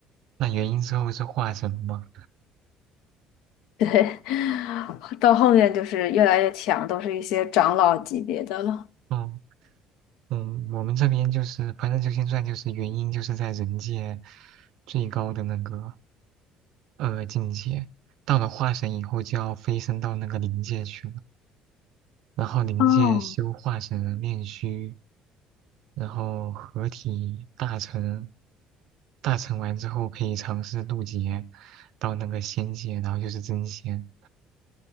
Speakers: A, on the right (about 70°); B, on the left (about 80°).
A: 那元婴之后是化神吗？
B: 对，<laughs> 到后面就是越来越强，都是一些长老级别的了。
A: 哦，嗯，我们这边就是《凡人修仙传》，就是元婴就是在人界最高的那个呃境界，到了化神以后就要飞升到那个灵界去了，然后灵界修化神炼虚。
B: 哦，
A: 然后合体大成，大成完之后可以尝试渡劫到那个仙界，然后就是真仙。